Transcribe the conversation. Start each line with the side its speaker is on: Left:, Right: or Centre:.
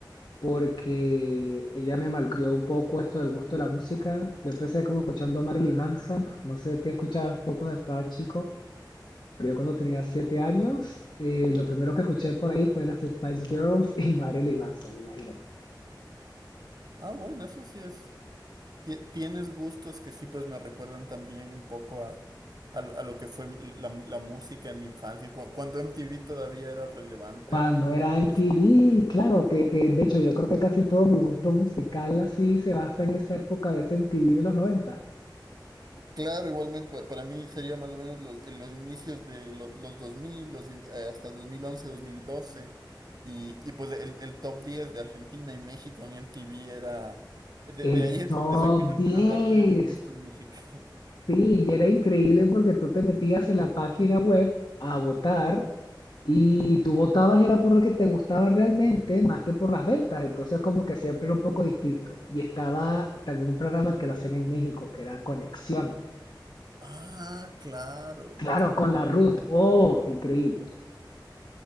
Left: porque ella me malcrió un poco esto del gusto de la música. Yo empecé como escuchando a Marilyn Manson, no sé qué escuchabas tú cuando estabas chico, pero yo cuando tenía siete años, eh, lo primero que escuché por ahí fue las Spice Girls y <laughs> Marilyn Manson, imagínate.
Right: Ah, bueno, eso sí es. ti- Tienes gustos que sí pues me recuerdan también un poco a a, lo a lo que fue mi- la, la música en mi infancia, cua- cuando MTV todavía era relevante
Left: Cuando era MTV,
Right: Es-
Left: claro, que, que de hecho yo creo que casi todo mi gusto musical así se basa en esa época de ese MTV de los 90.
Right: Claro, igualmente pa- para mí sería más o menos los, en los inicios de lo- los 2000, los, in- eh, hasta 2011, dos mil doce Y, y pues el, el top 10 de Argentina y México en MTV era... De, de
Left: El
Right: ahí es
Left: top
Right: donde saqué una
Left: diez
Right: buena parte de mis gustos musicales.
Left: Sí, y era increíble porque tú te metías en la página web a votar y tú votabas era por lo que te gustaba realmente más que por las ventas. Entonces como que siempre era un poco distinto. Y estaba también un programa que lo hacían en México que era Conexión.
Right: Ah, claro.
Left: Claro,
Right: te-
Left: con la Ruth. Oh, increíble.